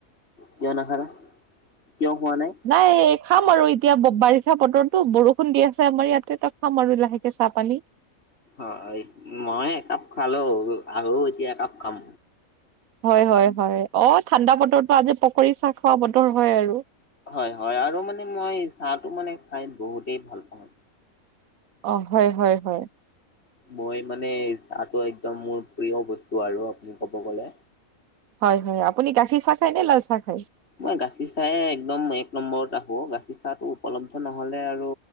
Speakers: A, on the left (about 50°); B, on the right (about 80°).
A: কিয় নাখায়, কিয় খোৱা নাই।
B: নাই খাম আৰু এতিয়া বাৰিষা বতৰটো বৰষুণ দি আছে, আমাৰ ইয়াতে তাক খাম আৰু লাহেকে চাহ পানী।
A: অ', মই একাপ খালো আৰু এতিয়া একাপ খাম।
B: হয়, হয়, হয় অ', ঠাণ্ডা বতৰতো আজি পকৰি চাহ খোৱা বতৰ হয় আৰু।
A: হয় হয়, আৰু মানে মই চাহটো মানে খাই বহুতেই ভাল পাওঁ।
B: অ' হয় হয় হয়।
A: মই মানে চাহটো একদম মোৰ প্ৰিয় বস্তু আৰু আপুনি ক'ব গ'লে।
B: হয় হয়, আপুনি গাখীৰ চাহ খায় নে লাল চাহ খায়?
A: মই গাখীৰ চাহে একদম এক নম্বৰত ৰাখো, গাখীৰ চাহটো উপলব্ধ নহলে আৰু